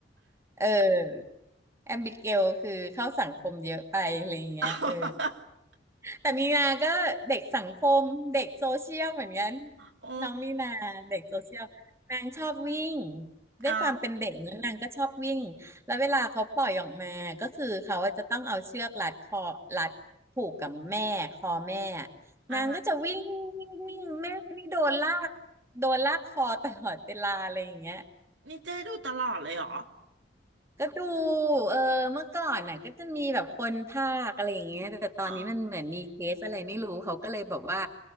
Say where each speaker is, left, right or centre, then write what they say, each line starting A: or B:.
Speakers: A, on the right (about 15°); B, on the right (about 80°).
A: เออแอมบิเกลคือเข้าสังคมเยอะไปอะไรอย่างเงี้ยเออ
B: <laughs>
A: แต่มีนาก็เด็กสังคมเด็กโซเชียลเหมือนกัน
B: โอ้
A: น้องมีนาเด็กโซเชียลนางชอบวิ่ง
B: <laughs>
A: ด้วยความเป็นเด็กเนอะนางก็ชอบวิ่งแล้วเวลาเขาปล่อยออกมาก็คือเขาอะจะต้องเอาเชือกรัดคอรัดผูกกับแม่คอแม่
B: อ่าอ่า
A: นางก็จะวิ่งวิ่งวิ่งแม่นี่โดนลากโดนลากคอตลอดเวลาอะไรอย่างเงี้ย
B: นี่เจ๊ดูตลอดเลยเหรอ
A: ก็ดูเออเมื่อก่อนน่ะก็จะมีแบบคนภาคอะไรอย่างเงี้ยแต่ตอนนี้มันเหมือนมีเคสอะไรไม่รู้เขาก็เลยบอกว่า
B: อ๋อ